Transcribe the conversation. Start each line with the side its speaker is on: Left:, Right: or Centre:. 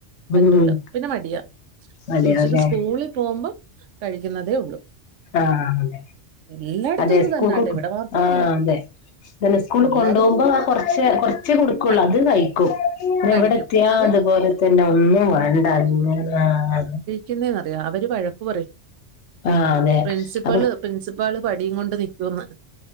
Right: പറ്റൂല
Left: ഉം
Right: പിന്നെ മടിയ
Left: അതെയല്ലേ
Right: ഉച്ചക്ക് സ്കൂ സ്കൂളിൽ പോകുമ്പം കഴിക്കുന്നതേ ഉള്ളൂ
Left: ആഹ് അതെ
Right: എല്ലായിടത്തും
Left: അതെ
Right: ഇത്
Left: സ്കൂൾക്ക്
Right: തന്നാട്ടെ ഇവിടെ മാത്രമല്ല
Left: ആഹ് അതെ അന്നെ സ്കൂളിൽ
Right: എല്ലാരും
Left: കൊണ്ടോകുമ്പോ കൊർച്ചെ കൊർച്ചേ കൊടുക്കുള്ളൂ
Right: ക-
Left: അത് കഴിക്കും പിന്നെവിടെ
Right: കഴിക്കും
Left: ത്യാ
Right: അത്
Left: അതുപോലെ തന്നെ ഒന്നും വേണ്ട ആ
Right: പിന്നേറിയോ അവര് വഴക്കു പറയും
Left: ആഹ് അതെ
Right: പ്രിൻസിപ്പള്
Left: അപ്പൊ
Right: പ്രിൻസിപ്പാള് വടിയും കൊണ്ട് നിക്കുന്ന്